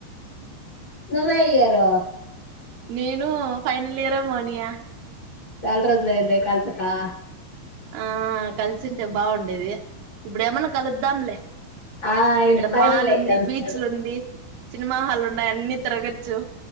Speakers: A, on the left; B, on the right.
A: నువే ఏఇయరు
B: నేను ఫైనల్ ఇయర్ ఏ మోనియా
A: చల్రోజులైండే కల్సాకా
B: ఆ కలిసింటే బాగుండేది. ఇప్పుడు ఏమైన్నా కలుద్దాంలే
A: ఆ
B: ఇడ
A: ఫైనల్
B: మాల్ ఉంది.
A: ఎగ్జామ్స్
B: బీచ్లు ఉంది. సినిమా హాల్ ఉన్నాయి అన్ని తిరగత్ చ్చో